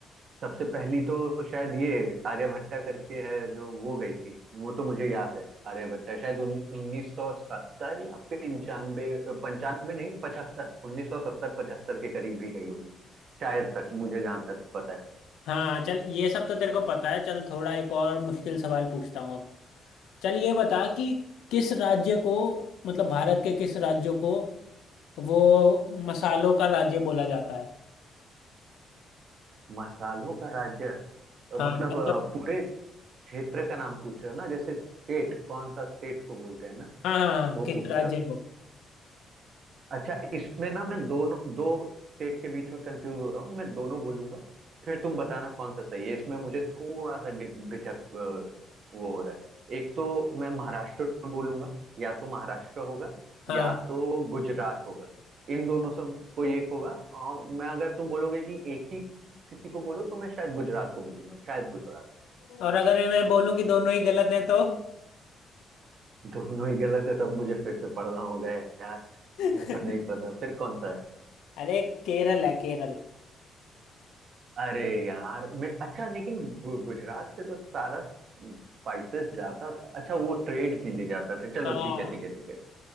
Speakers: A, on the right; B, on the left.
A: सबसे पहली तो शायद ये आर्यभट्टा करके है जो वो गई थी वो तो मुझे याद है आर्यभट्टा शायद उन, 1970 या 95 पंचानवे नहीं 75 1970 75 के करीब भी गई होगी शायद तक मुझे जहां तक पता है
B: हाँ चल ये सब तो तेरे को पता है चल थोड़ा एक और मुश्किल सवाल पूछता हूँ अब चल ये बता कि किस राज्य को मतलब भारत के किस राज्य को वो मसालों का राज्य बोला जाता है
A: मसालों का राज्य अ,
B: हाँ
A: मतलब
B: मतलब
A: अ, पूरे क्षेत्र का नाम पूछ रहे हो ना जैसे स्टेट कौन सा स्टेट को बोलते हैं ना
B: हाँ हाँ हाँ
A: वो
B: किस
A: पूछ
B: राज्य
A: रहे हो
B: को
A: अच्छा इसमें ना मैं दोनों दो स्टेट के बीच में कंफ्यूज हो रहा हूँ मैं दोनों बोलूंगा फिर तुम बताना कौन सा सही है इसमें मुझे थोड़ा सा डि- झिझक अ, वो हो रहा है एक तो मैं महाराष्ट्र बोलूंगा या तो महाराष्ट्र होगा
B: हाँ
A: या तो गुजरात होगा इन दोनों से कोई एक होगा और मैं अगर तुम बोलोगे कि एक ही किसी को बोलो तो मैं शायद गुजरात को बोलूंगा शायद गुजरात
B: और अगर मैं बोलूँ कि दोनों ही गलत हैं तो
A: दोनों ही गलत है तब मुझे फिर से पढ़ना होगा यार
B: <laughs>
A: मेरे को नहीं पता फिर कौन सा है
B: अरे केरल है केरल
A: अरे यार मैं अच्छा लेकिन गु, गुजरात से तो सारा स्पाइसेस जाता था अच्छा वो ट्रेड के लिए जाता था चलो
B: हाँ
A: ठीक है ठीक है ठीक है